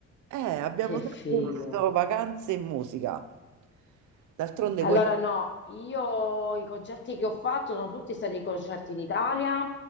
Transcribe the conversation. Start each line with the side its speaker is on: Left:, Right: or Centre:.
Right: Eh, abbiamo
Left: che
Right: sempre
Left: figo.
Right: combinato vacanze e musica. D'altronde
Left: Allora,
Right: quello...
Left: no, io i concerti che ho fatto sono tutti stati concerti in Italia,